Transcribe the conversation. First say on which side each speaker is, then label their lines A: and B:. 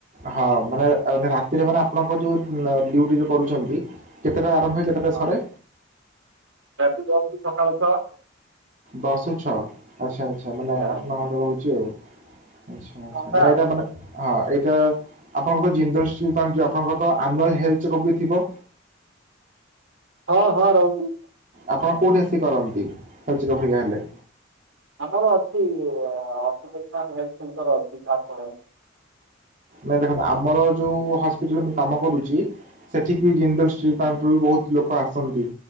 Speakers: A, on the right (about 40°); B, on the right (about 75°).
A: ହଁ ମାନେ ରାତିରେ ମାନେ ଆପଣଙ୍କର ଯୋଉ ଡିଉଟି ଯୋଉ କରୁଛନ୍ତି। କେତେଟାରେ ଆରମ୍ଭ ହୁଏ କେତେଟାରେ
B: ହଁ
A: ସରେ।
B: ରାତି ଦଶ୍ରୁୁ ସକାଳ ଛଅ।
A: ଦଶ୍ରୁ ଛଅ ଆଚ୍ଛା ଆଚ୍ଛା ମାନେ
B: ହଁ
A: ଆଠ ନଅ ଘଣ୍ଟା ରହୁଛି ଆଉ। ଆଚ୍ଛା ଆଚ୍ଛା
B: ଥଣ୍ଡା
A: ମାନେ ଏଇଟା
B: ଆଉ
A: ମାନେ ହଁ ଏଇଟା ଆପଣଙ୍କର ଜିନ୍ଦଲ ସ୍ଟିଲପ୍ଲାନ୍ଟ ଯଉ ଆପଣଙ୍କର ତ ଆନ୍ନୱାଲ ହେଲ୍ଥ ଚେକଅପ୍ ବି ତ ଥିବ।
B: ହଁ ହଁ ରହୁଛି।
A: ଆପଣ କୋଉଠି ଆସି କରନ୍ତି ହେଲ୍ଥ ଚେକଅପ୍ ହେରିକା ହେଲେ?
B: ଆମର ଅଛି ଆଁ ଅକୁପେସନ ହେଲ୍ଥ ସେଣ୍ଟର ଅଛି ଝାରସୁଗୁଡ଼ାରେ।
A: ନାଇଁ ଦେଖନ୍ତୁ ଆମର ଯୋଉ ହସ୍ପିଟାଲରେ ମୁଁ କାମ କରୁଛି ସେଠିକି ବି ଜିନ୍ଦଲ ସ୍ଟିଲପ୍ଲାନ୍ଟ ରୁ ବି ବହୁତ ଲୋକ ଆସ ଛନ୍ତି